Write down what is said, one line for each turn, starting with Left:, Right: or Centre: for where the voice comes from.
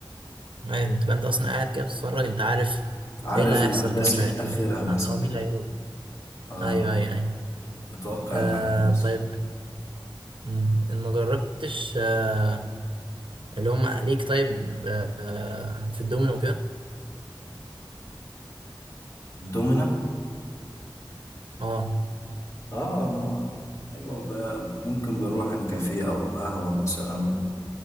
Right: يعني انت انت اصلا قاعد كده بتتفرج انت عارف
Left: عارف
Right: ايه اللي هيحصل
Left: الأحداث
Right: كمان شويه
Left: إيه
Right: انت
Left: آخرها
Right: متوقع
Left: مثلا
Right: اه مين اللي هيموت
Left: آه
Right: ايوه ايوه ايوه
Left: متوقع
Right: آه
Left: الأحداث
Right: طيب مم، ان ما جربتش آه اللي هم ليك طيب آه في الدومينو وكده
Left: دومنا
Right: اه
Left: آه مو... أيوة بقى ممكن بنروح الكافيه أو قهوة مثلا